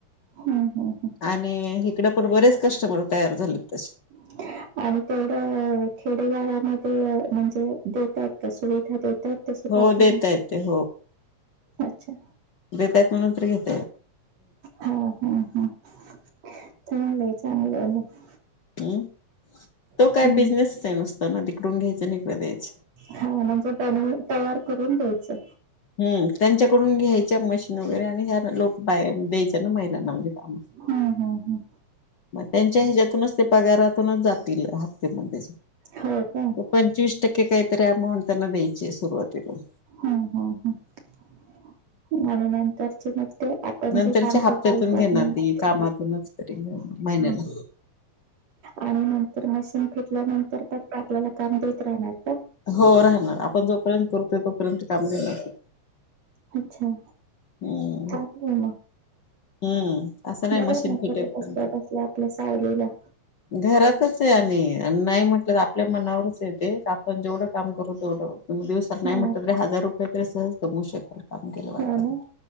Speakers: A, on the right (about 60°); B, on the left (about 45°).
A: हंम हंम हं
B: आणि हिकडं पण बरेच कस्टमर तयार झालेत तसे
A: <unintelligible> आणि तेवढं खेडेगावामध्ये, म्हणजे देतात का सुविधा देत त्यात तशी
B: हो
A: पाठवून,
B: देता येते
A: अच्छा
B: देतायत म्हणून तर घेत
A: हं हं हं चांगलं आहे चांगलं आहे मग
B: हम्, तो
A: हम्म.
B: काय बिझनेसच आहे नुसता ना तिकडून घ्यायचं नि इकडे द्यायचं.
A: हो म्हणजे बनवून तयार करून द्यायचं.
B: हम्, त्यांच्याकडून घ्यायच्या मशीन वगैरे आणि ह्या लोक बायांन द्यायच्या ना महिलांना म्हणजे काम
A: हं हं हं
B: मग त्यांच्या ह्याच्यातूनच ते पगारातूनच जातील हप्त्यामध्येच
A: हो कां?
B: पंचवीस टक्के काहीतरी अमाऊंट त्यांना द्यायचीय सुरुवातीला.
A: हं हं हं आणि नंतर ते मग ते आपण
B: नंतरच्या
A: जे काम
B: हप्त्यातून
A: करतोय ते
B: घेणार
A: आपल्या
B: ती कामातूनच तरी महिन्याला
A: <unintelligible> हं आणि नंतर मशीन फिटल्यानंतर फक्त आपल्याला काम देत राहणार का?
B: हो राहणार, आपण जोपर्यंत करतोय तोपर्यंत काम देणार.
A: अच्छा
B: हम्म
A: का.
B: हम्म असं नाही
A: बर
B: मशीन
A: ना
B: फिटेपर्यंत
A: ख कसल्या कसल्या आपल्या सायलीला.
B: घरातच आहे आणि नाही म्हटलं तर आपल्या मनावरच य ते आपण जेवढं काम करू तेवढं. तुम्ही दिवसात नाही
A: हा हो
B: म्हटलं तरी हजार रुपये तरी सहज कमव शकाल. काम केलं वाटत
A: हा ना